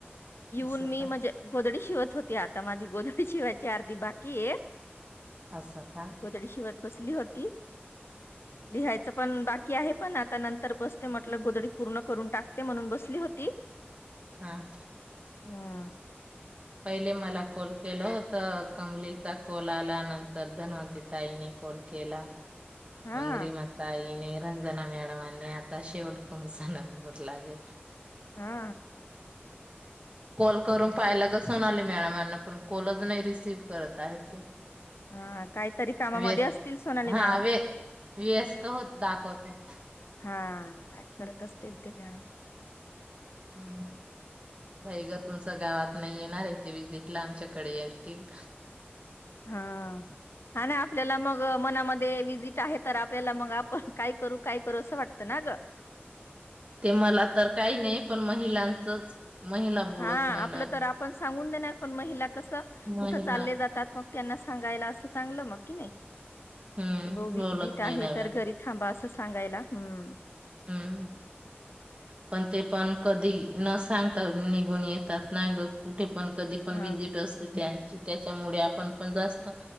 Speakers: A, on the left; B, on the right.
A: येऊन
B: असं
A: मी
B: का
A: म्हजे गोदडी शिवत होती. होते आता माझी गोदडी शिवायची अर्धी बाकी आहे.
B: असं का
A: गोधडी शिवत बसली होती, लिहायच पण बाकी आहे पण आता नंतर बसु तेच म्हटलं, गोदडी पूर्ण करून टाकते, म्हणून बसली होती.
B: हम
A: हम
B: पहिले मला कॉल केल होत कमलीचा कॉल आला नंतर धनवते ताईने ल केला
A: हा
B: मंगरी मसाईने रंजना मॅडमांनी आता शेवट तुमचा नंबर दिला मग लागला
A: हा
B: कॉल करून
A: हम्म.
B: पाहायला गं सोनाली मॅडमांना पण कॉलच नही रिसीव्ह करत आहे ते
A: हा काहीतरी कामामध्ये
B: व्यस्त
A: असतील सोनाली
B: हा
A: मॅडम
B: व्य व्यस्त होत दाखवत होत
A: हा काय करत असतील ते मॅडम
B: हम बाईंगं तुमच गावात नाही येणार आहे तेे विजिट ला आमच्याकडे येतील.
A: हा हा ना आपल्याला मग मनामध्ये विजिट आहे तर आपल्याला मग आपण काय करू काय करू असं वाटतं ना ग
B: ते मला तर काही नाही पण महिलांचच महिला बोलत
A: हा
B: नाही
A: आपलं
B: ना.
A: तर आपण सांगून देणार पण महिला कस
B: महिला
A: कुठं चालले जातात मग त्यांना सांगायला असं चांगलं मग कि नाही
B: हम्म
A: ते ब विजिट
B: बोलत नाही
A: आहे
B: ना
A: तर घरी थांबा असं सांगायला हम्म
B: हम्म पण ते पण कधी न सांगता निघून येतात ना कुठे पण कधी पण
A: हा
B: वजिट अस त्याच्यामुळे आपण पण जास्त